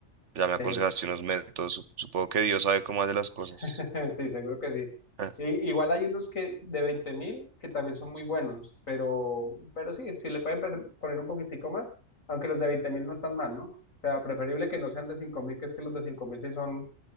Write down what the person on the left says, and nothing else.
Sí,
<laughs> sí, seguro que sí.
Y, igual hay unos que de veinte mil que también son muy buenos, pero, pero sí, si le pueden per- poner un poquitico más, aunque los de veinte mil no están mal, ¿no? O sea, preferible que no sean de cinco mil, que es que los de cinco mil sí son,